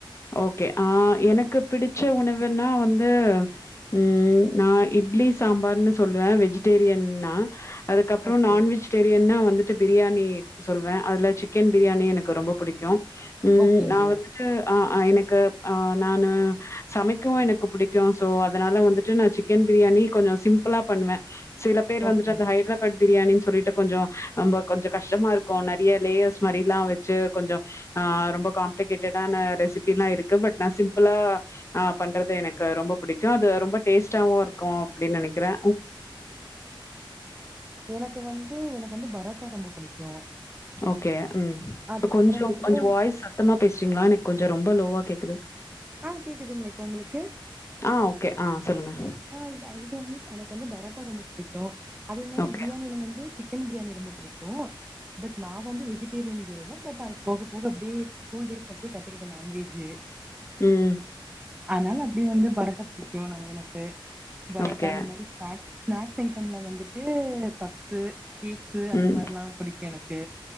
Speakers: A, on the left (about 35°); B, on the right (about 15°).
A: ஓகே ஆ எனக்கு பிடிச்ச உணவுன்னா வந்து ம் நா இட்லி சாம்பார்ன்னு சொல்லுவே வெஜ்டேரியன்னா அதுக்கப்றொ
B: ஓகே
A: நான் வெஜ்டேரியன்னா வந்து ட்டு பிரியாணி சொல்வே அதுல சிக்கன் பிரியாணி எனக்கு ரொம்ப புடிக்கு உம்
B: ஓகேங்க
A: நா வந்துட்டு அ அ எனக்கு அ நானு சமைக்கவு எனுக்கு புடிக்கு சோ அதனால வந்துட்டு நா சிக்கன் பிரியாணி கொஞ்சோ சிம்பிளா பண்ணுவே சில பேர்
B: ஓகே
A: வந்துட்டு அந்த ஹைதராபாத் பிரியாணின்னு சொல்லிட்டு கொஞ்சோ ரொம்ப கொஞ்சோ கஷ்டமாருக்கு நறைய லேயர்ஸ் மாதிர எல்லா வச்சு கொஞ்சோ அ ரொம்ப காம்ப்ளிகேட்டடான ரெசிபிலா இருக்கு பட் நா சிம்பிளா அ பண்றது எனக்கு ரொம்ப புடிக்கு அது ரொம்ப டேஸ்ட்டாவுருக்கு அப்புடி நெனைக்குறே
B: எனக்கு வந்து எனக்கு வந்து பரோட்டா ரொம்ப புடிக்கு <inaudible>
A: ஓகே ம்
B: அதுக்கப்புறோ
A: கொஞ்சோ
B: வந்து
A: கொஞ்சோ வாய்ஸ் சத்தமா பேசுறீங்களா எனக் கொஞ்சோ <unintelligible> ஜோ ரொம்ப லோவா கேக்குது
B: அ கேக்குதுங்ள இப்போ உங்களுக்கு
A: ஆ ஓகே. ஆ சொல்லுங்க.
B: அ <inaudible> எனக்கு வந்து பரோட்டா ரொம்ப புடிக்கு அதே மாரி
A: ஓகே.
B: பிரியாணியில் வந்து சிக்கன் பிரியாணி ரொம்ப புடிக்கு பட் நா வந்து வெஜிடேரியன் கேர்ள் தா பட் போக போக அப்டியே கூல்டேஸ்ல எ கத்துக்கிட் நான்வெஜு
A: ம்.
B: அனால அப்டியே வந்து பரோட்டா புடிக்கு நம்ம எனக்கு <unintelligible> பரோட்டா
A: ஓகே.
B: இந்த மாதிரி சன <unintelligible> ஃபுட்டு ஐட்டம்ல வந்துட்டு பப்சு கேக்கு அந்த
A: ம்.
B: மாதிரிலாம்புடிக்கு எனக்கு